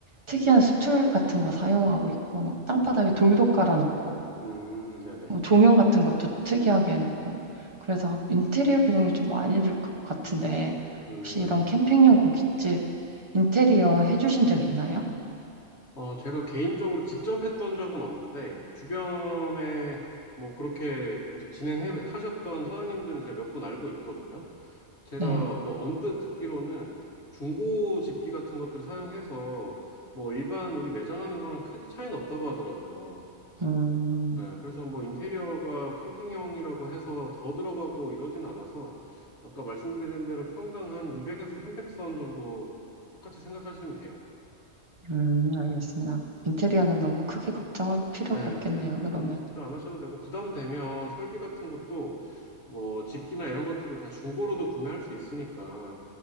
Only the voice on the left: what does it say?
음.
음, 네네.
음,
어, 제가 개인적으로 직접 했던 적은 없는데, 주변에 뭐 그렇게 이제 진행해 하셨던 사장님들은 제가 몇 분 알고 있거든요. 제가
뭐 언뜻 듣기로는 중고 집기 같은 것들 사용해서 뭐 일반 우리 매장하는 거랑 크게 차이는 없다고 하더라고요.
예, 그래서 뭐 인테리어가 캠핑형이라고 해서 더 들어가고 이러진 않아서 아까 말씀드린 대로 평당 한 200에서 300선 정도 똑같이 생각하시면 돼요.
예.
예, 예.
너무 걱정 안 하셔도 되고, 부담되면 설비 같은 것도, 뭐, 집기나 이런 것들도 다 중고로도 구매할 수 있으니까,